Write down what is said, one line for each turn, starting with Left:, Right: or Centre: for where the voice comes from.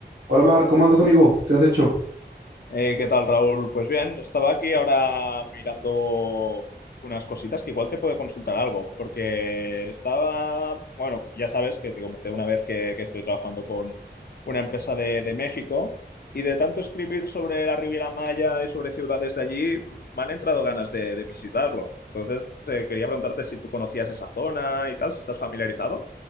Right: Hola Mar, ¿cómo andas amigo? ¿Qué has hecho?
Left: Eh, ¿qué tal, Raúl? Pues bien, estaba aquí ahora mirando unas cositas que igual te puedo consultar algo, porque estaba, bueno, ya sabes que te comenté una vez que, que estoy trabajando con una empresa de, de México y de tanto escribir sobre la Riviera Maya y sobre ciudades de allí, me han entrado ganas de, de visitarlo. Entonces, eh, quería preguntarte si tú conocías esa zona y tal, si estás familiarizado.